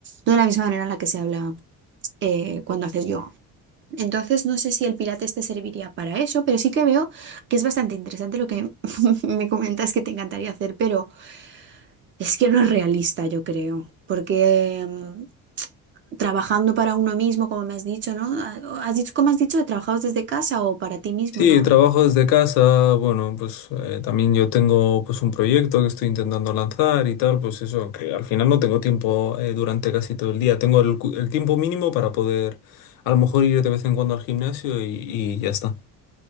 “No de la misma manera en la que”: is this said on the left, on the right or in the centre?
Right